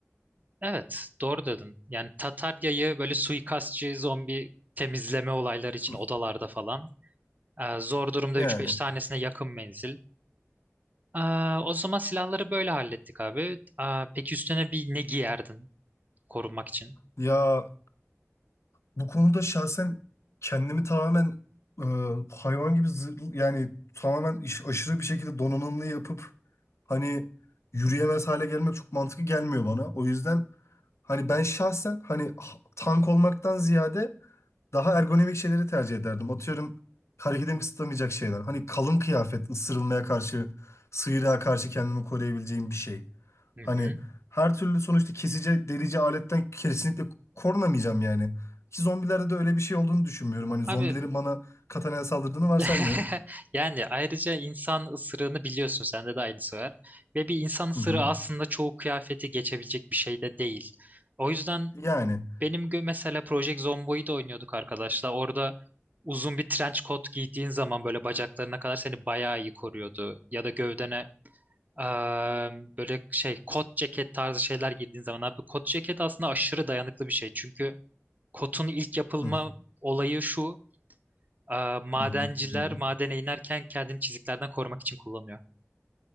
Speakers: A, on the right; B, on the left.
A: Evet, doğru dedin. Yani Tatar yayı böyle suikastçı zombi temizleme olayları için
B: <laughs>
A: odalarda falan. Ee, zor durumda
B: Yani.
A: üç beş tanesine yakın menzil. Ee, o zaman silahları böyle hallettik abi. Ee, peki üstüne bir ne giyerdin korunmak için?
B: Ya bu konuda şahsen kendimi tamamen e, hayvan gibi zır- yani tamamen iş, aşırı bir şekilde donanımlı yapıp hani yürüyemez hale gelmek çok mantıklı gelmiyor bana. O yüzden hani ben şahsen hani h- tank olmaktan ziyade daha ergonomik şeyleri tercih ederdim. Atıyorum hareketimi kısıtlamayacak şeyler. Hani kalın kıyafet ısırılmaya karşı, sıyrığa karşı kendimi koruyabileceğim bir şey.
A: Hı hı.
B: Hani her türlü sonuçta kesici, delici aletten kesinlikle korunamayacağım yani. Ki zombilerde de öyle bir şey olduğunu düşünmüyorum. Hani zombilerin
A: Abi
B: bana katanaya saldırdığını varsaymıyorum.
A: <laughs> Yani ayrıca insan ısırığını biliyorsun sende de aynısı var. Ve bir insan ısırığı
B: Hı hı.
A: aslında çoğu kıyafeti geçebilecek bir şey de değil. O yüzden
B: Yani.
A: benim gö- mesela Project Zombo'yu da oynuyorduk arkadaşlar. Orada uzun bir trench coat giydiğin zaman böyle bacaklarına kadar seni bayağı iyi koruyordu. Ya da gövdene eee, böyle şey kot ceket tarzı şeyler giydiğin zaman abi kot ceket aslında aşırı dayanıklı bir şey. Çünkü kotun ilk yapılma
B: Hı
A: olayı şu. Aa, madenciler
B: hı hı. Dinliyorum.
A: madene inerken kendini çiziklerden korumak için kullanıyor.